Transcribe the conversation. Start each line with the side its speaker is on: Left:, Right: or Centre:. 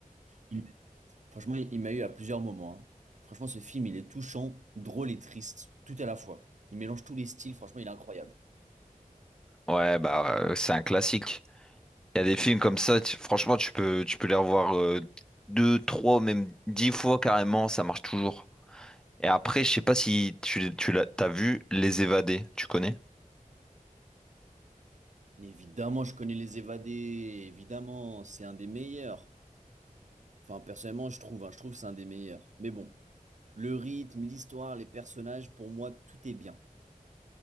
Right: il- franchement, il m'a eu à plusieurs moments. hein. Franchement, ce film, il est touchant, drôle et triste, tout à la fois. Il mélange tous les styles, franchement, il est incroyable.
Centre: Ouais, bah, euh, c'est un classique. Il y a des films comme ça, tu- franchement, tu peux, tu peux les revoir euh, deux, trois, même dix fois carrément, ça marche toujours. Et après, je sais pas si tu, tu l'as, t'as vu Les Évadés, tu connais?
Right: Mais évidemment, je connais Les Évadés, évidemment, c'est un des meilleurs. Enfin, personnellement, je trouve, hein, je trouve que c'est un des meilleurs. Mais bon, le rythme, l'histoire, les personnages, pour moi, tout est bien.